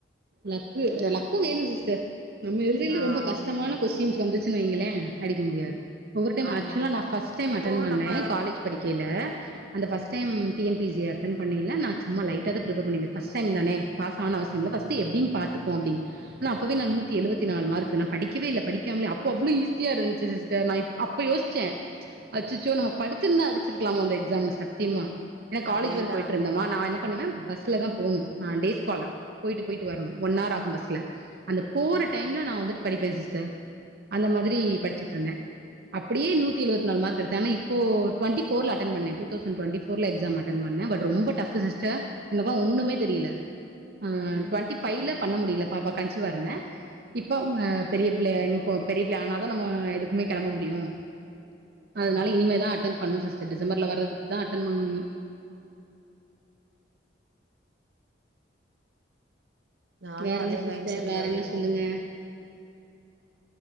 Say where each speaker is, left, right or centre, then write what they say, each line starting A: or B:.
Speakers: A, on the right; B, on the right.
A: லக்கு லக்கு வேணு சிஸ்டர் நம்ம எழுதையில
B: ஆ
A: ரொம்ப கஷ்டமான
B: ஆமாங்க
A: கொஸ்டின்ஸ் வந்துச்சுன் வைங்களே அடிக்க முடியாது ஒவ்வொரு டைம்
B: ஆமாங்க
A: ஆக்சுலா நா ஃபஸ்ட் டைம் அட்டன்
B: இப்போ
A: பண்ண
B: நம்ம
A: காலேஜ் படிக்கையில அந்த first time T N P C அன்டன் பண்ணையில நா சும்மா லைட்டாதா பிரப்பர் பண்ணிருந்த ஃபஸ்ட் டைம் தானே பாஸ் ஆனா அவசியம் இல்ல ஃபஸ்ட் எப்டின் பாத்துபோ அப்டின் ல அப்பவே நா நூத்தி எழுவத்தி நாலு மார்க் நா படிக்கவே இல்ல படிக்காமலே அப்போ அவ்ளோ ஈஸியா இருந்த்ச்சி சிஸ்டர் நா இப் அப்ப யோச்ச அச்சச்சோ நம்ம படிச்சிருந்தா அடிச்சிருக்கலாமோ அந்த எக்ஸ் சாம்ல சத்தியமா ஏனா காலேஜ்
B: அதேதான்
A: வேற போயிட்டு இருந்தமா நா என்ன பண்ணுவே பஸ்ல தா போனு நா டேஸ் காலர் போயிட்டு போயிட்டு வரணு ஒன் ஹார் ஆகு பஸ்ல அந்த போற டைம்ல நா வந்துட்டு படிப்பே சிஸ்டர் அந்த மாதிரி படிச்சிட் இருந்தே அப்டியே நூத்தி எழுவத்தி நாள் மார்க் எடுத்த ஆனா இப்போ டுவண்டி ஃபோர்ல அட்டன் பண்ண டூ தௌசண் டுவெண்டி ஃபோர்ல எக்ஸாம் அட்டன் பண்ண பட் ரொம்ப டஃப் சிஸ்டர் இந்த பா ஒண்ணுமே தெரியில ஆ
B: ம்
A: ட்வெண்ட்டி ஃபைல பண்ண முடியல பாப்பா கன்சீவா இருந்தே இப்ப ம பெரிய பிள்ளையா நீக்கு பெரிய பிள்ள ஆனா தா நம்மோ எதுக்குமே கெளம்ப முடியு அதனால
B: ஆமாங்க
A: இனிமே அட்டன் பண்ணு சி்ஸ்டர் டிசம்பர்ல வர்றதுக்கு தா அட்டன் பண்ணுவே இனி
B: நானு
A: வேற
B: அதே
A: என்ன சிஸ்டர்
B: மைண்ட் செட்ல
A: வேற
B: தாங்க
A: என்ன
B: இருக்க
A: சொல்லுங்க